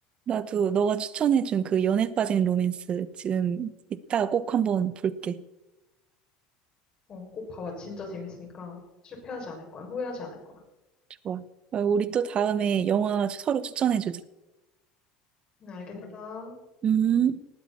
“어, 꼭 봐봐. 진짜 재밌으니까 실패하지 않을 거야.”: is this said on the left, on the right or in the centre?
Left